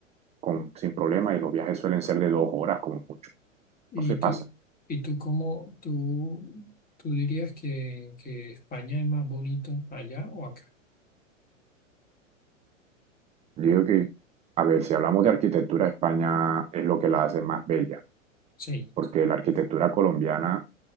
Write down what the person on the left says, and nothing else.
¿Y
tú,
y tú cómo, tú, tú dirías que, que España es más bonito allá o acá?
Sí,